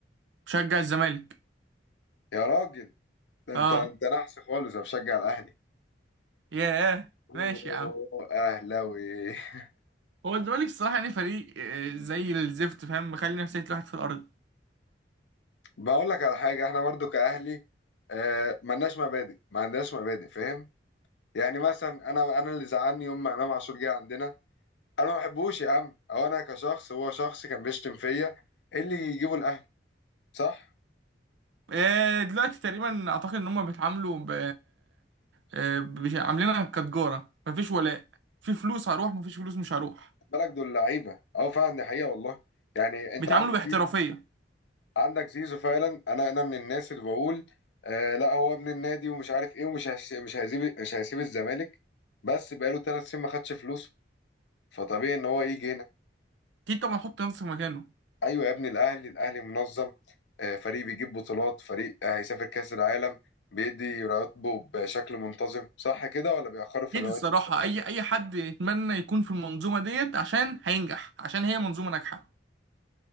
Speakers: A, on the right; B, on the left.
A: مشجع الزمالك
B: يا راجل ده انت
A: اه
B: انت نحس خالص انا بشجع الاهلي
A: ياه
B: أوه،
A: ماشي يا عم
B: اهلاوي <laughs>
A: هو الزمالك الصراحه يعني فريق آه، زي الزفت فاهم مخلي نفسيه الواحد في الارض
B: بقول لك على حاجه احنا برضو كاهلي آه ملناش مبادئ ما عندناش مبادئ فاهم يعني مثلا انا انا اللي زعلني يوم ما امام عاشور جه عندنا انا ما بحبوش يا عم او انا كشخص هو شخص كان بيشتم فيا إيه اللي يجيبه الاهلي صح
A: آه، دلوقتي تقريبا اعتقد ان هم بيتعاملوا ب آه، بش- عاملينها كتجاره مفيش ولاء في فلوس هروح مفيش فلوس مش هروح
B: خد بالك دول لعيبه اه فعلا دي حقيقه والله يعني انت
A: بيتعاملوا
B: عندك
A: باحترافيه
B: زيزو عندك زيزو فعلا انا انا من الناس اللي بقول آه لا هو ابن النادي ومش عارف ايه ومش هش- مش هيسيب مش هيسيب الزمالك بس بقاله ثلاث سنين ما خدش فلوسه فطبيعي ان هو يجي هنا
A: اكيد طبعا حط نفسك مكانه
B: ايوه يا ابني الاهلي الاهلي منظم آه، فريق بيجيب بطولات فريق آه، هيسافر كاس العالم بيدي رواتبه بشكل منتظم صح كده ولا بيأخروا في
A: اكيد
B: الرواتب
A: الصراحه اي اي حد يتمنى يكون في المنظومه ديت عشان هينجح عشان هي منظومه ناجحه